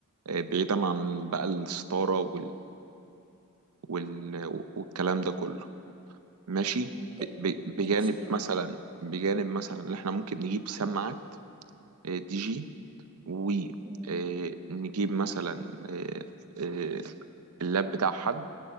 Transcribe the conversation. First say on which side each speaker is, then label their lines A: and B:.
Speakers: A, on the right; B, on the right.
A: إيه، بعيدا عن بقى الستاره وال... والكلام ده كله ماشي
B: مم، تمام
A: ب... ب... بجانب
B: ماشي انا معاك
A: مثلا بجانب مثلا اللي احنا ممكن نجيب سماعة آه، دي جي ونجيب
B: مم،
A: مثلا آه، آه، اللاب بتاع حد